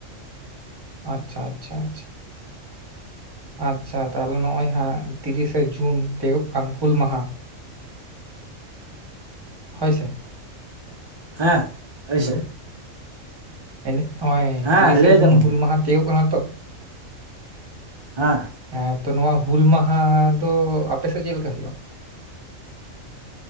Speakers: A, on the right (about 20°); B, on the right (about 50°).
A: ᱟᱪᱪᱷᱟ ᱟᱪᱪᱷᱟ ᱟᱪᱪᱷᱟ ᱟᱪᱪᱷᱟ ᱛᱟᱦᱚᱞᱮ ᱱᱚᱜ-ᱚᱭ ᱦᱟᱸᱜ ᱛᱤᱨᱤᱥᱮ ᱡᱩᱱ ᱛᱤᱭᱟᱹᱜᱚᱜ ᱠᱟᱱ ᱦᱩᱞ ᱢᱟᱦᱟ᱾ ᱦᱚᱭ ᱥᱮ
B: ᱦᱮᱸ ᱦᱳᱭᱥᱮ
A: ᱦᱮᱞᱚᱣ ᱮᱱᱮᱜ-ᱚᱭ
B: ᱦᱮᱸ
A: ᱛᱤᱨᱤᱥᱮ
B: ᱞᱟᱹᱭ
A: ᱡᱩᱱ
B: ᱫᱟᱵᱚᱱ
A: ᱦᱩᱞ
B: ᱢᱟ
A: ᱢᱟᱸᱦᱟ ᱛᱤᱭᱩᱜᱚᱜ ᱠᱟᱱᱟ ᱛᱚ
B: ᱦᱟᱸ
A: ᱦᱮᱸ ᱛᱚ, ᱱᱚᱣᱟ ᱦᱩᱞ ᱢᱟᱸᱦᱟ ᱫᱚ ᱟᱯᱮ ᱥᱮᱡ ᱪᱮᱫ ᱞᱮᱠᱟ ᱦᱩᱭᱩᱜᱼᱟ᱾